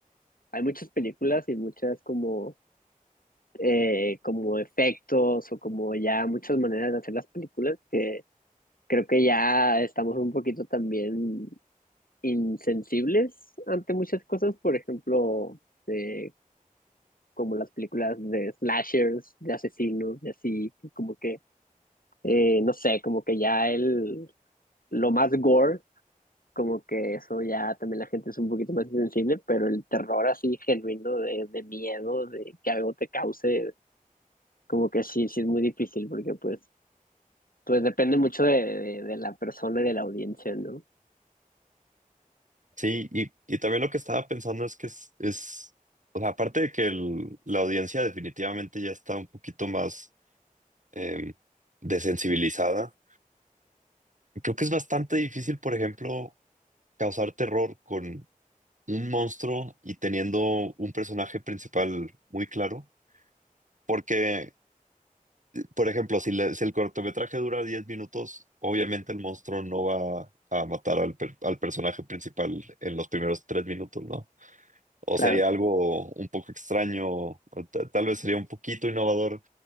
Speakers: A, on the left; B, on the right.
A: hay muchas películas y muchas como, eh, como efectos o como ya muchas maneras de hacer las películas que Creo que ya estamos un poquito también insensibles ante muchas cosas, por ejemplo, eh, como las películas de slashers, de asesinos, de así, que como que, eh, no sé, como que ya el, lo más gore, como que eso ya también la gente es un poquito más insensible, pero el terror así genuino de, de miedo, de que algo te cause, como que sí, sí es muy difícil, porque pues, pues depende mucho de, de de la persona y de la audiencia, ¿no?
B: Sí, y, y también lo que estaba pensando es que es, es o sea, aparte de que el- la audiencia definitivamente ya está un poquito más eh, desensibilizada, creo que es bastante difícil, por ejemplo, causar terror con un monstruo y teniendo un personaje principal muy claro, porque por ejemplo, si, la- si el cortometraje dura 10 minutos, obviamente el monstruo no va a matar al, per- al personaje principal en los primeros 3 minutos, ¿no? O
A: Claro.
B: sería algo un poco extraño, o ta- tal vez sería un poquito innovador,